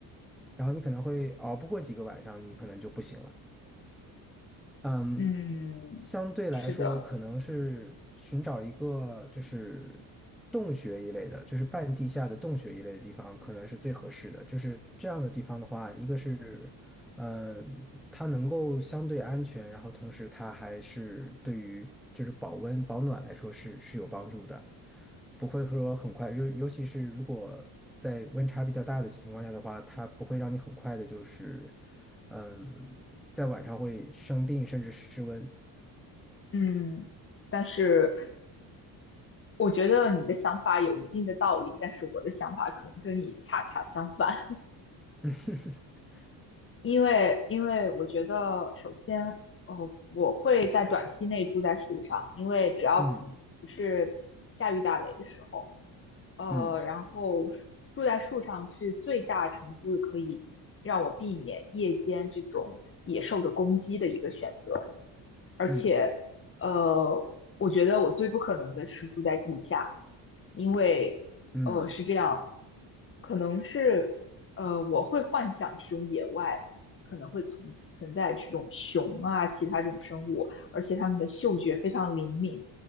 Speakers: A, in the centre; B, on the left.
A: 然后你可能会熬不过几个晚上，你可能就不行了。嗯，
B: 嗯，
A: 相对来说，
B: 是的，
A: 可能是寻找一个就是洞穴一类的，就是半地下的洞穴一类的地方，可能是最合适的。就是这样的地方的话，一个是，嗯，它能够相对安全，然后同时它还是对于就是保温保暖来说是是有帮助的，不会说很快，就尤其是如果在温差比较大的情况下的话，它不会让你很快的就是。嗯，在晚上会生病，甚至失温。
B: 嗯，但是我觉得你的想法有一定的道理，但是我的想法可能跟你恰恰相反。
A: <laughs>
B: 因为因为我觉得，首先，呃，我会在短期内住在树上，因为只要不
A: 嗯
B: 不是下雨打雷的时候，呃，
A: 嗯
B: 然后住在树上是最大程度的可以让我避免夜间这种野兽的攻击的一个选择。而且，
A: 嗯
B: 呃，我觉得我最不可能的是住在地下，因为，
A: 嗯嗯
B: 呃，是这样，可能是，呃，我会幻想这种野外可能会存存在这种熊啊，其他这种生物，而且它们的嗅觉非常灵敏。